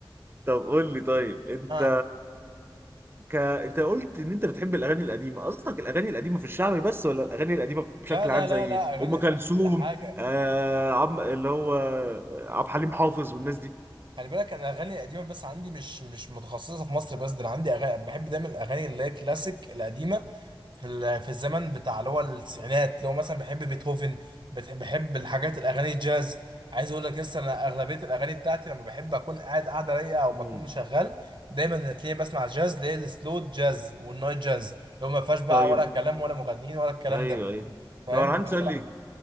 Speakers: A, on the right; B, on the right.
A: طب قول لي طيب انت
B: ها
A: ك... انت قلت ان انت بتحب الاغاني القديمه قصدك الاغاني القديمه في الشعبي بس ولا الاغاني القديمه
B: لا
A: بشكل
B: لا
A: عام زي
B: لا لا اغاني
A: ام
B: قديمه
A: كلثوم
B: في كل حاجه
A: آه عم اللي هو آه، عبد الحليم حافظ والناس دي
B: خلي بالك انا اغاني قديمه بس عندي مش مش متخصصه في مصر بس ده انا عندي اغاني بحب دايما الاغاني اللي هي كلاسيك القديمه في ال- في الزمن بتاع اللي هو التسعينات اللي هو مثلا بحب بيتهوفن بت- بحب الحاجات الاغاني الجاز عايز اقول لك لسه انا اغلبيه الاغاني بتاعتي لما بحب اكون قاعد قاعده رايقه او
A: مم.
B: بكون شغال دايما هتلاقيني بسمع جاز اللي هي السلو جاز والنايت جاز اللي هو ما فيهاش بقى
A: طيب
B: ولا كلام ولا مغنيين ولا الكلام
A: ايوه
B: ده
A: ايوه
B: فاهم
A: طب انا عندي
B: بس
A: سؤال
B: لا